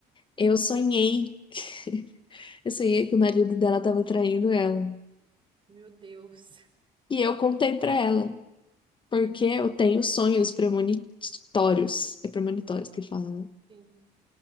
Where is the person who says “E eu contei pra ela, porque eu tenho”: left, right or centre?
Left